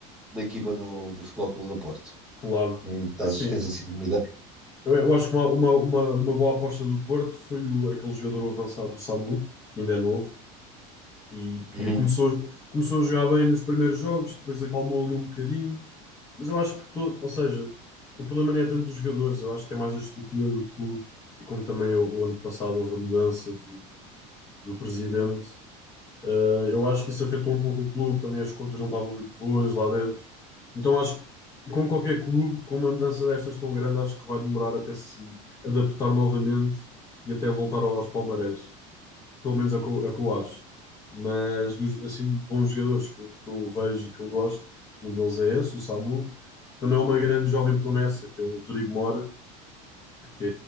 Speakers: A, in the centre; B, on the left (about 20°).
A: da equipa do, do Futebol Clube do Porto.
B: claro.
A: Hum. Tás-
B: É assim,
A: tens assim uma ideia?
B: eu, eu acho que uma, uma, uma, uma boa aposta do Porto foi o, aquele jogador avançado, o Samu, que ainda é novo e que
A: Uhum.
B: começou, começou a jogar bem nos primeiros jogos, depois acalmou ali um bocadinho Mas eu acho que todo, ou seja, o problema nem é tanto dos jogadores, eu acho que é mais a estrutura do clube e como também o, o ano passado houve a mudança de- do presidente, eh, eu acho que isso afetou um pouco o clube, também as contas não estavam muito boas lá dentro. Então acho que, como qualquer clube, com uma mudança destas tão grande, acho que vai demorar até se adaptar novamente e até voltar aos palmarés. Pelo menos é o que eu, é o que eu acho. Mas, dos, assim, de bons jogadores que eu, que eu vejo e que eu gosto, um deles é esse, o Samu. Também há uma grande jovem promessa, que é o Rodrigo Mora, que